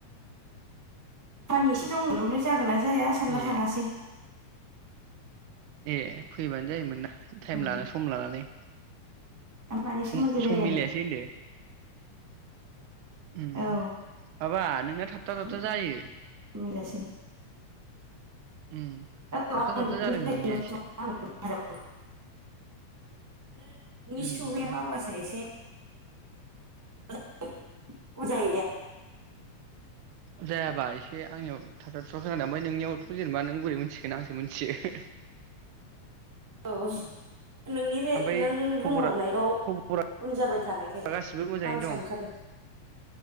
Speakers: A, on the right; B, on the right.
A: एसे दंमोन ओमफ्राय जागोना जाया सानना
B: ए
A: थाङासै
B: ए फैबानो जायोमोन ना थाइम
A: उम
B: लाना सम लानानै
A: मानि
B: सम
A: सोमोन्दै रायलायनो
B: सम मिलायासै ओनदो उम
A: औ
B: माबा नोंना थाबथा
A: सम
B: थाबथा जायो
A: मिलासै
B: उम
A: औ
B: थाबथा
A: आं
B: थाबथा
A: बिदिनो
B: जादों
A: जायो
B: नोंनिया
A: न' सिङाव
B: एसे
A: आरो <unintelligible>
B: उम उम उम
A: <unintelligible>
B: जायाबा एसे आंनियाव थाबथा थुबथा खोनादों ओमफाय नोंनियावथ जेनेबा नों बोरै मोनथिगोन आंसो मिथियो
A: औ नोंनिफाय
B: ओमफ्राय
A: नों बुंहरनायाव
B: खबरा खबरा
A: उन जाबाय थानायखाय
B: गासिबो मोजाङैनो
A: आं
B: दं
A: सानखादों